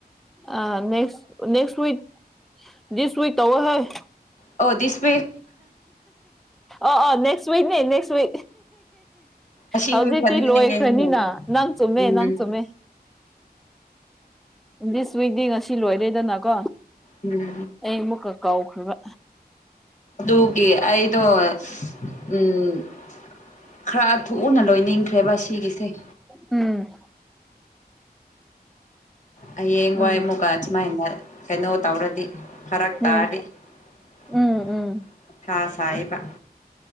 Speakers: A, in the centre; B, on the left (about 50°).
A: ꯑ next next week this week ꯇꯧꯧꯕ ꯍꯣꯏ
B: ꯑꯣꯗꯤꯁ
A: ꯑ ꯑ ꯅꯦꯛꯁ ꯋꯤꯏꯛꯅꯦ ꯅꯦꯛꯁ ꯋꯤꯏꯛ
B: ꯑꯁꯤ
A: ꯍꯧꯖꯤꯛꯇꯤ
B: ꯐꯟꯅꯦꯅ
A: ꯂꯣꯏꯈ꯭ꯔꯅꯤꯅ
B: ꯑꯗꯨꯝ
A: ꯅꯪ ꯆꯨꯝꯃꯦ
B: ꯎꯝ
A: ꯅꯪ ꯆꯨꯝꯃꯦ ꯗꯤ ꯁꯨꯋꯏꯗꯗꯤ ꯉꯁꯤ ꯂꯣꯏꯔꯦꯗꯅꯀꯣ
B: ꯎꯝ
A: ꯑꯩ ꯑꯃꯨꯛꯀ ꯀꯥꯎꯈ꯭ꯔꯔꯤꯕ
B: ꯇꯀꯤ ꯑꯩꯗꯣ ꯎꯝ ꯈꯔ ꯊꯣꯛꯨꯎꯅ ꯂꯣꯏꯅꯤꯡꯈ꯭ꯔꯦꯕ ꯁꯤꯒꯤꯁꯦ
A: ꯎꯝ
B: ꯍꯌꯦꯡ
A: ꯎꯝ
B: ꯋꯥꯏ ꯑꯃꯨꯛꯀ ꯁꯨꯃꯥꯏꯅ ꯀꯩꯅꯣ ꯇꯧꯔꯗꯤ ꯐꯔꯛ
A: ꯎꯝ
B: ꯇꯥꯔꯗꯤ ꯃꯊꯥ
A: ꯎꯝ ꯎꯝ
B: ꯁꯥꯌꯦꯕ